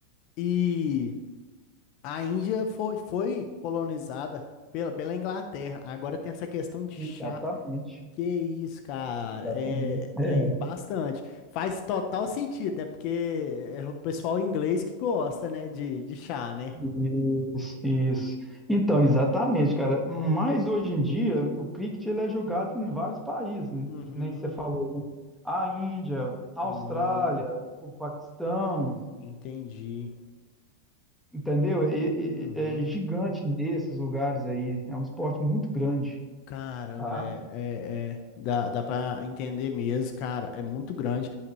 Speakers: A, on the left (about 45°); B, in the centre.
A: E a Índia foi, foi colonizada pela, pela Inglaterra. Agora tem essa questão de
B: Exatamente,
A: chá. Que isso, cara,
B: exatamente.
A: é, é
B: É,
A: é bastante. Faz total sentido, né? Porque é o pessoal inglês que gosta, né, de, de chá, né?
B: Isso, isso. Então, exatamente, cara. Mas hoje em dia, o cricket ele é jogado em vários países, né,
A: Uhum.
B: que nem você falou, né? A Índia, a
A: Hum,
B: Austrália, o Paquistão,
A: entendi.
B: entendeu? É, é-
A: Uhum.
B: é gigante nesses lugares aí. É um esporte muito grande,
A: Caramba,
B: tá?
A: é, é, é. Dá, dá pra entender mesmo, cara, é muito grande.